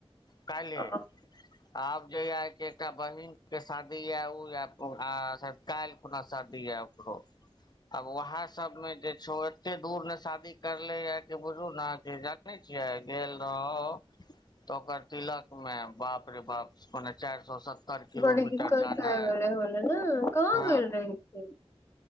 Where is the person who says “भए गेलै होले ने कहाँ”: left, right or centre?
Left